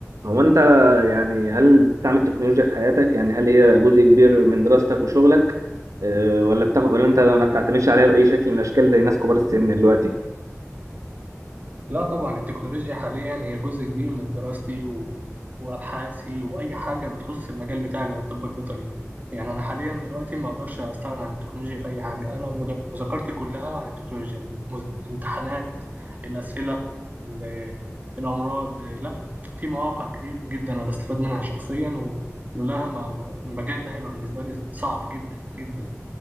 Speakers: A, on the right; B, on the right.
A: هو انت يعني هل بتستعمل التكنولوجيا في حياتك يعني هل هي جزء كبير من دراستك وشغلك آه، ولا بتاخد ولا انت ما بتعتمدش عليها باي شكل من الاشكال زي ناس كبار السن دلوقتي
B: لا طبعا التكنولوجيا حاليا هي جزء كبير من دراستي و... وابحاثي واي حاجه بتخص المجال بتاعي اللي هو الطب البيطري يعني انا حاليا دلوقتي ما اقدرش استغنى عن التكنولوجيا في اي حاجه انا مد- مذاكرتي كلها عن التكنولوجيا المز... الامتحانات الاسئله ال... الامراض لا في مواقع كتير جدا انا بستفاد منها شخصيا ولولاها ما... المجال ده هيبقى بالنسبه لي صعب جدا جدا